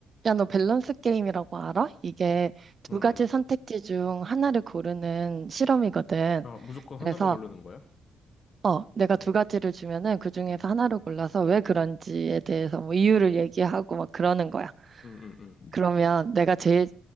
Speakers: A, on the right; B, on the left.
A: 야, 너 밸런스 게임이라고 알아? 이게
B: 어,
A: 두
B: 응,
A: 가지
B: 응.
A: 선택지 중 하나를 고르는 실험이거든.
B: 아, 무조건 하나만
A: 그래서,
B: 고르는 거야?
A: 어, 내가
B: 어,
A: 두 가지를 주면은 그 중에서
B: 응,
A: 하나를 골라서 왜 그런지에 대해서 뭐 이유를 얘기하고 막 그러는 거야.
B: 응, 응, 응.
A: 그러면 내가 제일